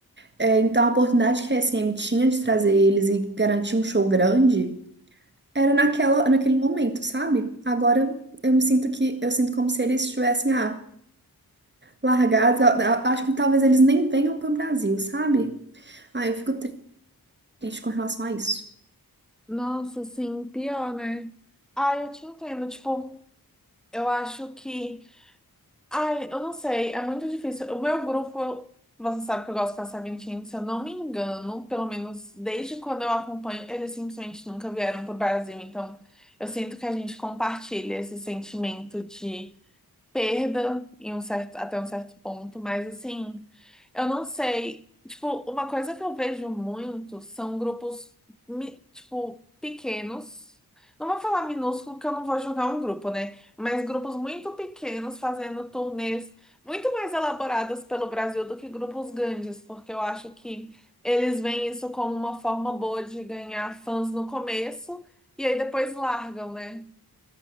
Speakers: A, on the right; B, in the centre.
A: É, então, a oportunidade que a SM tinha de trazer eles e garantir um show grande era naquela, naquele momento, sabe? Agora eu me sinto que eu sinto como se eles estivessem ah, largados. a- a- Acho que talvez eles nem venham para o Brasil, sabe? Ah, eu fico triste com relação a isso.
B: Nossa, sim, pior, né? Ah, eu te entendo. Tipo, eu acho que. Ai, eu não sei, é muito difícil. O meu grupo, eu- você sabe que eu gosto de passar Sabentinho, se eu não me engano, pelo menos desde quando eu acompanho, eles simplesmente nunca vieram pro Brasil. Então, eu sinto que a gente compartilha esse sentimento de perda em um certo, até um certo ponto, mas assim, eu não sei. Tipo, uma coisa que eu vejo muito são grupos, mi- tipo, pequenos. Não vou falar minúsculo, porque eu não vou julgar um grupo, né? Mas grupos muito pequenos fazendo turnês muito mais elaboradas pelo Brasil do que grupos grandes, porque eu acho que eles veem isso como uma forma boa de ganhar fãs no começo e aí depois largam, né?